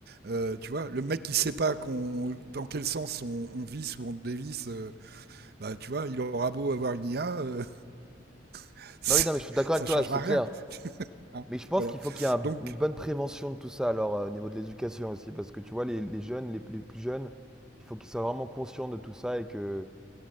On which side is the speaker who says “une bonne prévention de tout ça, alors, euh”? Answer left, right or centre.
Centre